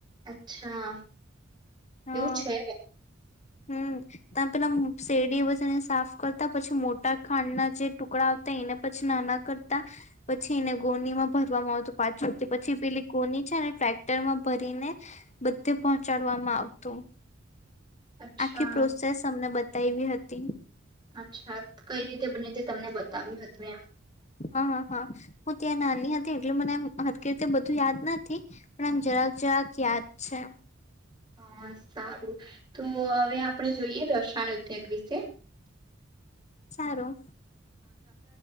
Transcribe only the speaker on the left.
હા
હમ તમે પેલા શેરડી પછ એને સાફ કરતા પછી મોટા ખાંડના જે ટુકડા આવતા એને પછી નાના કરતા પછી એને ગોનીમાં ભર આવું પાછું પછી પેલી કોની છે ને ટ્રેક્ટર માં ભરીને બધે પહોંચાડવામાં આવ તું
આખી પ્રોસેસ અમને બ એવી હતી
હા હા હા હું ત્યાં નાની હતી એટલ મને હકી રીતે બધું યાદ નથી પણ આમ જરાક જરાક યાદ છે
સારું